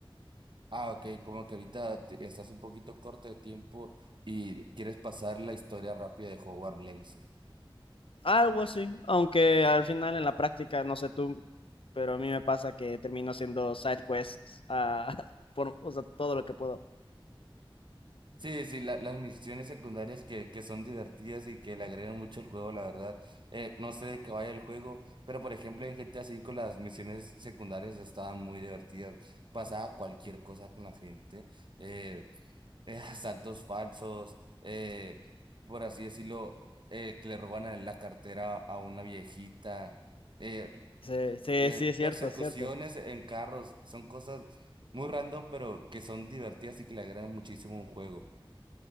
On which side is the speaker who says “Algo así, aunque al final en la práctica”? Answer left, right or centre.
Left